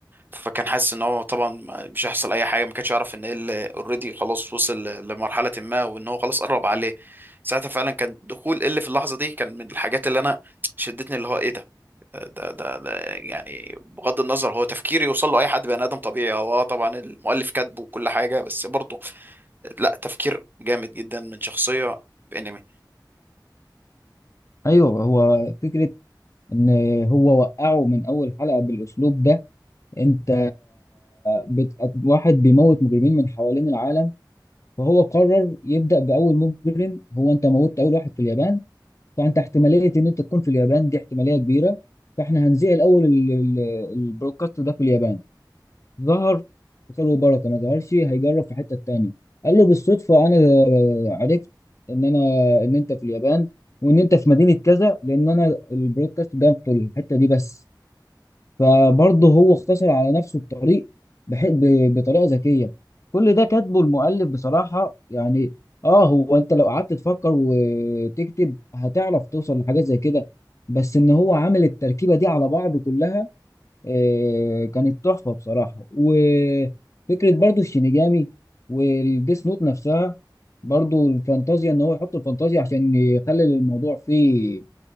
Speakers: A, on the right; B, on the left.
A: فكان حاسس ان هو طبعا مش هيحصل اي حاجه ما كانش يعرف ان ال اوريدي خلاص وصل لمرحله ما وان هو خلاص قرب عليه ساعتها فعلا كان دخول ال في اللحظه دي كان من الحاجات اللي انا شدتني اللي هو ايه ده ده ده, ده يعني بغض النظر هو تفكير يوصل له اي حد بني ادم طبيعي هو آه طبعا المؤلف كاتبه وكل حاجه بس برضه لا تفكير جامد جدا من شخصيه في انمي
B: ايوه هو فكرة ان هو وقعه من اول حلقة بالاسلوب ده انت بت... واحد بيموت مجرمين من حوالين العالم فهو قرر يبدأ بأول مجرم هو انت موتت أول واحد في اليابان فأنت احتمالية ان انت تكون في اليابان دي احتمالية كبيرة فاحنا هنذيع الأول ال- ال- البرودكاست ده في اليابان ظهر وخير وبركة ما ظهرش هيجرب في حتة تاني قال له بالصدفة أنا عرفت إن أنا إن أنت في اليابان وإن أنت في مدينة كذا لأن أنا البرودكاست ده في الحتة دي بس فبرضه هو اختصر على نفسه الطريق بح- ب- بطريقه ذكيه كل ده كاتبه المؤلف بصراحه يعني اه هو انت لو قعدت تفكر وتكتب هتعرف توصل لحاجات زي كده بس ان هو عامل التركيبه دي على بعض كلها آه كانت تحفه بصراحه وفكره برضه الشينيجامي والديس نوت نفسها برضه الفانتازيا ان هو يحط الفانتازيا عشان يخلي الموضوع فيه